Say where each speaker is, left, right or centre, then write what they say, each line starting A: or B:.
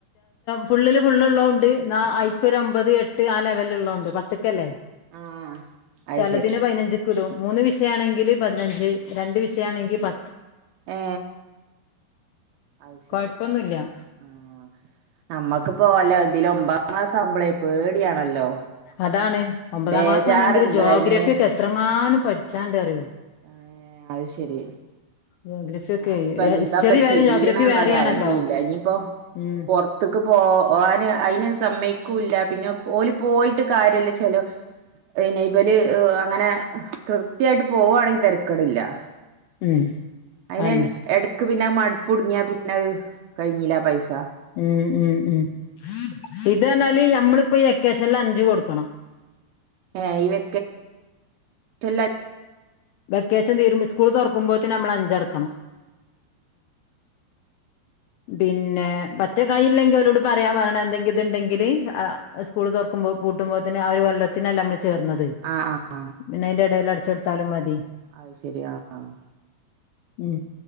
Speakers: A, on the left; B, on the right.
A: ഫുള്ളിൽ ഫുള്ള് ഉള്ളതു കൊണ്ട് ഐക്ക് ഒരു ഒമ്പത് എട്ട് ആ ലെവലില ഉള്ളതുണ്ട് പത്തിക്കല്ലേ
B: ആഹ് അത്
A: ചെലദിന്
B: ശരി
A: പൈനഞ്ച് മൂന്ന് വിഷയം ആണെങ്കില് പതിനഞ്ച് രണ്ട് വിഷ ആണങ്കി പ
B: ഏ അത് ശരി
A: കൊഴപ്പൊന്നുല്ല
B: ആ നമ്മക്കിപ്പോ <unintelligible> അയില് ഒമ്പതാം ക്ലാസാകുമ്പളെ പേടിയാണല്ലോ
A: അതാണ് ഒമ്പതാം
B: ബേജാറുണ്ട്
A: ക്ലാസ് ആണെങ്കിൽ ജോഗ്രഫി
B: അയിന്
A: ഒക്കെ എത്രങ്ങാനും പഠി ചാണ്ടെറിയോ
B: ആ അത് ശെരി
A: ജോഗ്രഫി ഒക്കെ
B: ഞാനിപ്പോ എന്താപ്പ
A: ഹിസ്റ്ററി വേറെ
B: ചെയ്യണ്
A: ജോഗ്രഫി വേറെയാണല്ലോ
B: ഒര് ഐഡിയ ഇല്ല ഇനിയിപ്പോ
A: ഉം
B: പുറത്തക്ക് പോകാന് ആയി സമ്മയക്കൂല്ല പിന്നെ ഓല് പോയിട്ട് കാര്യല്ലച്ചാലോ ഇബല് അങ്ങനെ കൃത്യായിട്ട് പോകുകവാണെങ്കിൽ തര <unintelligible>
A: ഉം
B: അതിനെ
A: അന്നെ
B: എടക്ക് പിന്നെ മ... പ്പ്‌ തുടുങ്ങിയ പിന്നത് കഴിഞ്ഞിലെ ആ പൈസ
A: ഉം ഉം ഉം ഇത് ഞാല് ഞമ്മള് ഇ...... ഇപ്പൊ ഇ വാക്കേഷനിൽ അഞ്ച് കൊടുക്കണം
B: ആ ഈ വെ <unintelligible>
A: വെക്കേഷ ഷൻ തീരുമ്പോ സ്കൂൾ തുറക്കുമ്പോത്തിനു നമ്മള് അഞ്ചടക്ക ക്കണം പിന്നെ മറ്റേ കായില്ലെങ്കിൽ ഓലോഡ് പറയാൻ പറണം എന്തെങ്കിൽ ഇതുണ്ടെങ്കില് അ സ്കൂള് തുറക്കുമ്പോ പൂട്ടുമ്പോത്തേനും ഒരു വല്ലത്തിനല്ല നമ്മള് ചേർന്നത്
B: ആ ആ
A: പിന്നെ അയിന്റെ എടയില് അടു വച്ചെടുത്താലും മതി
B: അത് ശരിയാ ആ ആ
A: ഉം